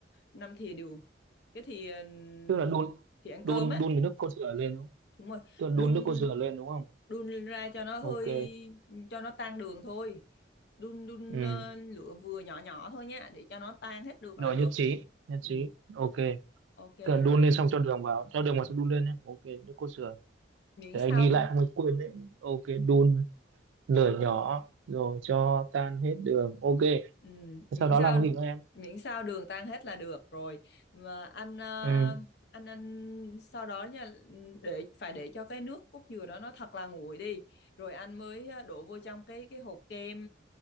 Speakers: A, on the left; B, on the right.
A: năm thìa đường. Cái thìa ừm,
B: Tức là đun
A: thìa ăn
B: đun
A: cơm á
B: đun cái nước cốt dừa lên đúng không?
A: đúng rồi
B: Tức là
A: đun
B: đun nước cốt dừa lên đúng không?
A: đun lên ra cho nó hơi
B: Ok.
A: cho nó tan đường thôi đun đun
B: Ừ.
A: ờ, lửa vừa nhỏ nhỏ thôi nhé để cho nó tan hết được
B: Rồi
A: là được
B: nhất trí, nhất trí.
A: ừ.
B: Ok.
A: ok
B: Tức là đun
A: rồi
B: lên xong cho đường vào, cho đường vào xong đun lên nhé. Ok, nước cốt dừa.
A: miễn
B: Để
A: sao
B: anh ghi lại không anh quên đấy. Ok, đun lửa nhỏ rồi cho tan hết đường. Ok.
A: Ừ,
B: Sau
A: miễn
B: đó
A: sao
B: làm cái gì nữa em?
A: miễn sao đường tan hết là được rồi mà anh ờ,
B: Ừ.
A: anh anh sau đó nha để phải để cho cái nước cốt dừa đó nó thật là nguội đi rồi anh mới ờ, đổ vô trong cái cái hộp kem